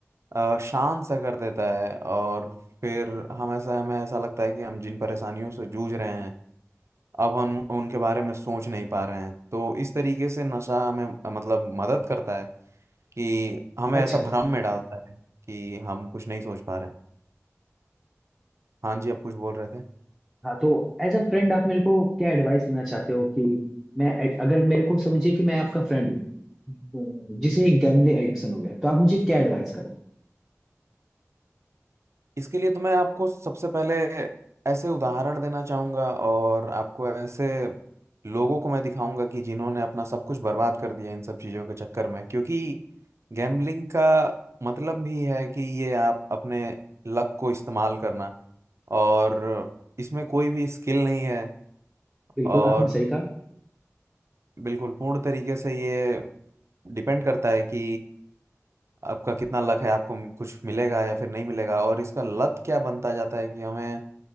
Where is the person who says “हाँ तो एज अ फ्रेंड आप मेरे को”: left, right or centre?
Centre